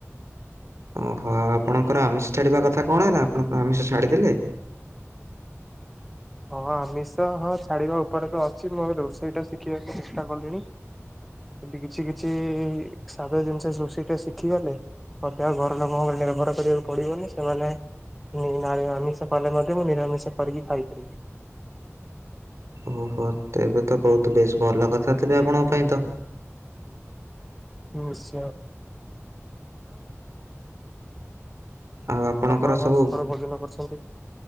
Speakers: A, on the right (about 70°); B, in the centre.
A: ଓ ହୋ ଆପଣଙ୍କର ଆମିଷ ଛାଡିବା କଥା କଣ ହେଲା ଆପଣଙ୍କ ଆମିଷ ଛାଡ଼ିଦେଲେ?
B: ହଁ ଆମିଷ ହଁ ଛାଡ଼ିବା ଉପରେ ତ ଅଛି ମୁଁ ଏବେ ରୋଷେଇଟା ଶିଖିବାକୁ ଚେଷ୍ଟା କଲିଣି କିଛି କିଛି ସାଧା ଜିନିଷ ରୋଷେଇଟା ଶିଖିଗଲେ ମତେ ଆଉ ଘର ଲୋକଙ୍କର ନିର୍ଭର କରିବାକୁ ପଡ଼ିବନି ସେମାନେ ଆମିଷ କଲେ ମଧ୍ୟ ମୁଁ ନିରାମିଷ କରିକି ଖାଇପାରିବି।
A: ଓ ହୋ ତେବେ ତ ବହୁତ ବେଶ ଭଲ କଥା ତେବେ ଆପଣଙ୍କ ପାଇଁ ତ।
B: ନିଶ୍ଚୟ।
A: ଆଉ ଆପଣଙ୍କର
B: ଆପଣ
A: ସବୁ
B: କଣ ସକାଳୁ ଭୋଜନ କରୁଛନ୍ତି?